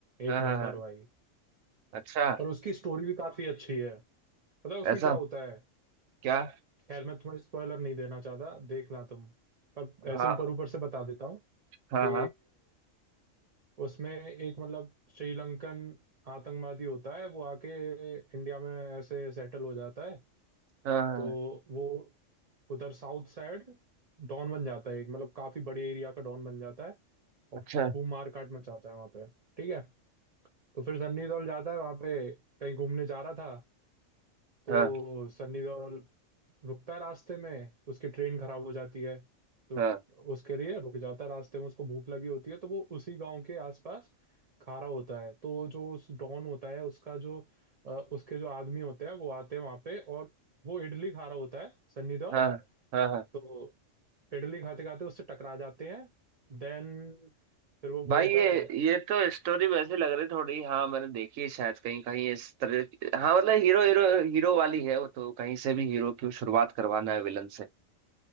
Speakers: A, on the right (about 85°); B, on the right (about 45°).
A: हाँ
B: एक नंबर
A: हाँ हाँ
B: भाई
A: अच्छा
B: और उसकी स्टोरी भी काफी अच्छी है पता है उसमें
A: ऐसा
B: क्या होता है
A: क्या
B: खैर मैं तुम्हें स्पॉइलर नहीं देना चाहता देखना तुम पर
A: हाँ
B: ऐसे ऊपर ऊपर से बता देता हूँ
A: हाँ
B: कि
A: हाँ
B: उसमें एक मतलब श्रीलंकन आतंकवादी होता है वो आके इंडिया में ऐसे सेटल हो जाता है
A: हाँ हाँ,
B: तो वो उधर साउथ साइड डॉन बन जाता है एक मतलब काफी बड़े एरिया का डॉन बन जाता है और
A: अच्छा
B: खूब मार काट मचाता है वहां पे ठीक है तो फिर सन्नी देओल जाता है वहां पे कहीं घूमने जा रहा था तो
A: हाँ
B: सनी देओल रुकता है रास्ते में उसकी ट्रेन खराब हो जाती है तो
A: हाँ
B: उसके लिए रुक जाता है रास्ते में उसको भूख लगी होती है तो वो उसी गांव के आसपास खा रहा होता है तो जो उस डॉन होता है उसका जो अ, उसके जो आदमी होते हैं वो आते हैं वहां पे और वो इडली खा रहा होता है सनी देओल
A: हाँ हाँ हाँ
B: तो इडली खाते खाते उससे टकरा जाते हैं देन फिर वो बोलता
A: भाई ये
B: है
A: ये तो स्टोरी वैसे लग रही थोड़ी हाँ मैंने देखी है शायद कहीं कहीं इस तरह की- हाँ मतलब हीरो हीरो हीरो वाली है वो तो कहीं से भी हीरो की शुरुआत करवाना है विलन से